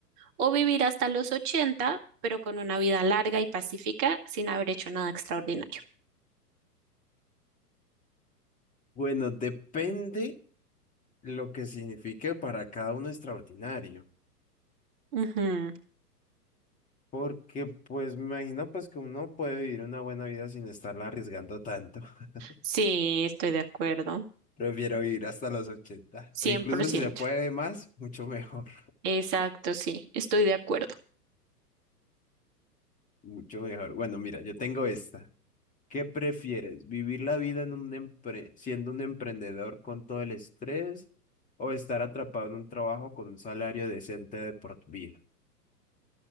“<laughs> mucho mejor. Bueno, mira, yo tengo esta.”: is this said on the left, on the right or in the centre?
Left